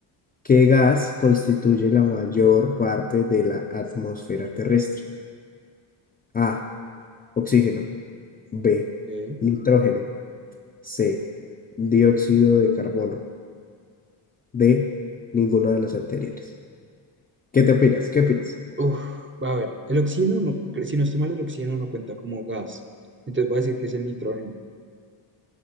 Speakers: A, on the left; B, on the right.
A: ¿Qué gas constituye la mayor parte de la atmósfera terrestre? A, oxígeno. B,
B: Ok.
A: nitrógeno. C, dióxido de carbono. D, ninguna de las anteriores. ¿Qué te opinas? ¿Qué opinas?
B: Uf, va a ver, el oxígeno no, cre- si no estoy mal, el oxígeno no cuenta como gas. Entonces voy a decir que es el nitrógeno.